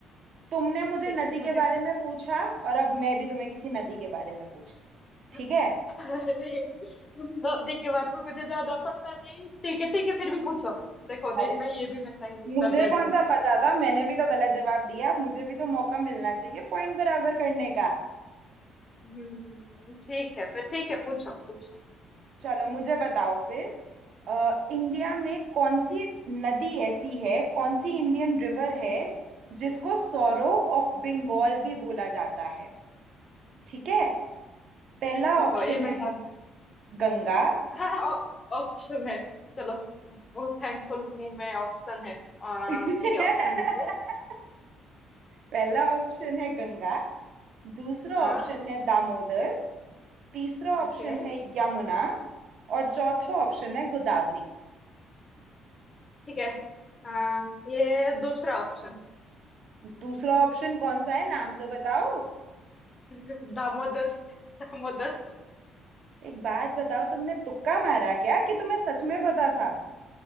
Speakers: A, on the right (about 60°); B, on the left (about 25°).
A: तुमने मुझे
B: ठीक
A: नदी
B: मुझे
A: के बारे में पूछा और अब मैं भी तुम्हें किसी नदी के बारे में पूछती हूँ
B: <laughs>
A: ठीक है
B: दो के बारे में मुझे ज्यादा पता नहीं ठीक है ठीक है फिर भी पूछो देखो
A: अरे
B: देखना ये भी मैं सही
A: तो
B: उत्तर
A: मुझे
B: दे
A: कौन
B: दूंगी
A: सा पता था मैंने भी तो गलत जवाब दिया मुझे भी तो मौका मिलना चाहिए पॉइंट बराबर करने का
B: हम्म ठीक है फिर ठीक है पूछो पूछो
A: चलो मुझे बताओ फिर अ, इंडिया में कौन सी नदी ऐसी है कौन सी इंडियन रिवर है जिसको सौरो ऑफ बंगाल भी बोला जाता है ठीक है पहला
B: रुको
A: ऑप्शन
B: ये
A: है
B: मैं जान
A: गंगा
B: हाँ ऑप्शन है चलो बहुत थैंकफुल हूँ मैं ऑप्शन है आ
A: <laughs>
B: ठीक है ऑप्शन दीजिए
A: पहला ऑप्शन है गंगा दूसरा
B: हाँ
A: ऑप्शन है दामोदर तीसरा ऑप्शन
B: ओके
A: है यमुना और चौथा ऑप्शन
B: ओके
A: है गोदावरी
B: ठीक है आ, ये दूसरा ऑप्शन
A: दूसरा ऑप्शन कौन सा है नाम तो बताओ
B: <laughs> दामोदर दामोदर
A: एक बात बताओ तुमने तुक्का मारा क्या कि तुम्हें सच में पता था